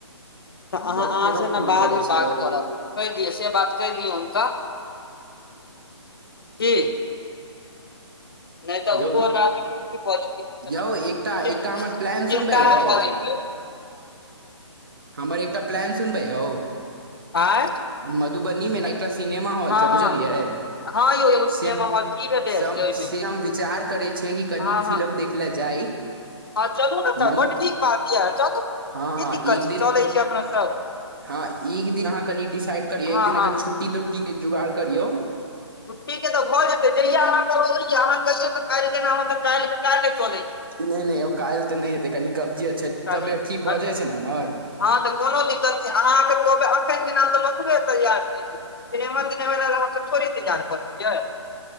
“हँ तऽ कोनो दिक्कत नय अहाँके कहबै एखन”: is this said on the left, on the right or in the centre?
Left